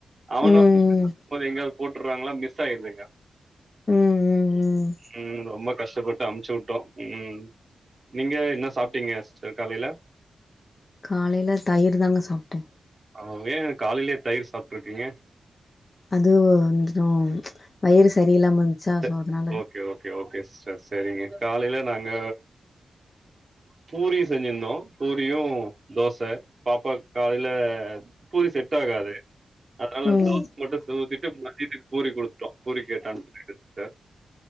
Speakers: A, on the right; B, on the left.
A: அவனு
B: ம்
A: <inaudible> அது மாரி எங்கயாது போட்டுட்றாங்ளா மிஸ் ஆயிடுதுங்க
B: ம் ம் ம்
A: ம் ரொம்ப கஷ்டப்பட்டு அம்சி விட்டோ ம் நீங்க என்ன சாப்டீங்க சிஸ்டர் காலையில
B: காலையில தயிர் தாங்க சாப்டே
A: ஓ ஏயே காலையிலயே தயிர் சாப்டிருக்கீங்க
B: அது ஓ வந்துறோ வயிறு சரி இல்லாம இருந்துச்சா
A: ச
B: சோ அதனால
A: ஓகே ஓகே ஓகே சிஸ்டர் செரிங்க காலைல நாங்க பூரி செஞ்சிருந்தோ பூரியு தோச பாப்பாக்கு காலையில பூரி செட் ஆகாது அதனால
B: ம்
A: தோச மட்டு ஊத்திட்டு மதியோ பூரி குடுத்துட்டோ பூரி கேட்டா இன்னுட்டு